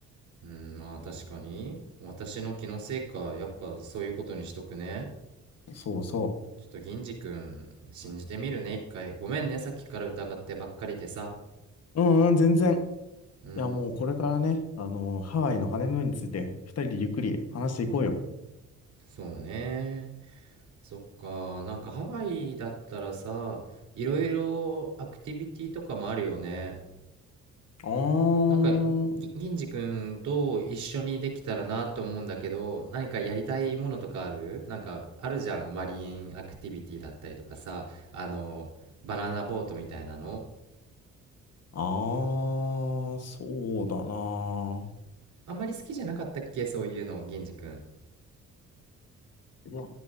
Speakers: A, on the right (about 70°); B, on the left (about 55°).
A: うん、まあ確かに。私の気のせいか、やっぱそういうことにしとくね。
B: そうそ
A: ちょっと銀次くん信じてみるね一回ごめんねさっきから疑ってばっかりでさ
B: う。うんうん、全然。
A: うん
B: いや、もうこれからね、あのーハワイのハネムーンについて、二人でゆっくり話していこうよ。
A: そうねそっかなんかハワイだったらさいろいろアクティビティとかもあるよね
B: あー、
A: なんかぎ銀次くんと一緒にできたらなと思うんだけど何かやりたいものとかあるなんかあるじゃんマリンアクティビティだったりとかさあのバナナボートみたいなの
B: あー、そうだな。
A: あんまり好きじゃなかったっけそういうの銀次くん
B: いや、